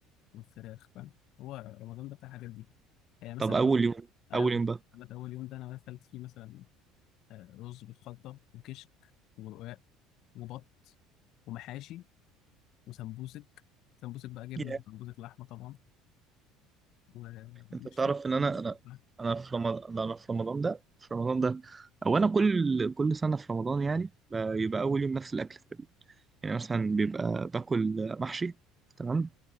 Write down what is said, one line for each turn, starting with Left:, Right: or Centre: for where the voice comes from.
Left: والفراخ فاهم هو رمضان ده بتاع الحاجات دي يعني مثلا
Right: طب اول يوم
Left: ايوه
Right: اول يوم بقى
Left: بقى اول يوم ده انا اكلت فيه مثلا آه، رز بالخلطه وكشك ورقاق وبط ومحاشي وسمبوسك سمبوسك بقى جبنه
Right: yeah.
Left: وسمبوسك لحمه طبعا ومش
Right: انت تعرف
Left: فاكر
Right: ان
Left: مش
Right: انا
Left: فاكر
Right: انا
Left: بقى.
Right: انا في رمضان انا في رمضان ده في رمضان ده او انا كل كل سنه في رمضان يعني بيبقى اول يوم نفس الاكل يعني مثلا بيبقى باكل محشي تمام